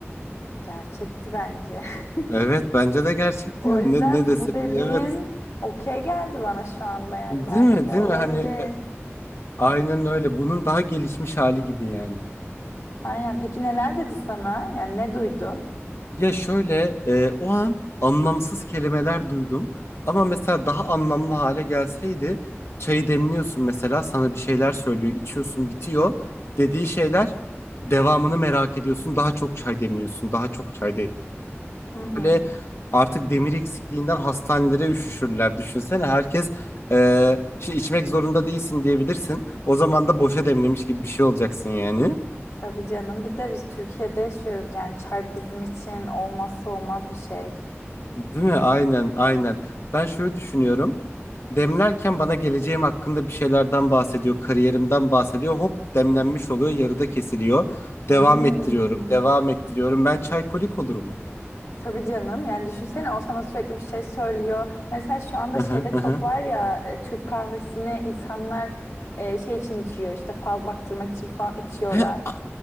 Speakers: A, on the left; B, on the left.
A: Gerçekti bence. <laughs>
B: Evet bence de gerçekti
A: O
B: yani
A: yüzden
B: ne, ne desem
A: bu dediğin
B: evet
A: okey geldi bana şu anda yani
B: değil
A: belki
B: mi değil
A: olabilir.
B: mi hani e, aynen öyle bunun daha gelişmiş hali gibi yani.
A: Aynen. Peki neler dedi sana? Yani ne duydun?
B: Ya şöyle e, o an anlamsız kelimeler duydum ama mesela daha anlamlı hale gelseydi çayı demliyorsun mesela sana bir şeyler söylüyor içiyorsun bitiyor dediği şeyler devamını merak ediyorsun daha çok çay demliyorsun daha çok çay demliyorsun.
A: Hı hı.
B: Böyle artık demir eksikliğinden hastanelere üşüşürler düşünsene herkes e, şey içmek zorunda değilsin diyebilirsin o zaman da boşa demlemiş gibi bir şey olacaksın yani.
A: Tabii canım. Bir de biz Türkiye'de yaşıyoruz yani çay bizim için olmazsa olmaz bir şey.
B: Değil mi? Aynen, aynen. Ben şöyle düşünüyorum. Demlerken bana geleceğim hakkında bir şeylerden bahsediyor, kariyerimden bahsediyor. Hop demlenmiş oluyor, yarıda kesiliyor.
A: Hmm.
B: Devam ettiriyorum, devam ettiriyorum. Ben çaykolik olurum.
A: Tabii canım. Yani düşünsene o sana sürekli bir şey söylüyor. Mesela şu anda
B: Hı
A: şeyde
B: hı, hı
A: çok
B: hı.
A: var ya e, Türk kahvesini insanlar e, şey için içiyor işte fal baktırmak için falan içiyorlar.
B: He, a-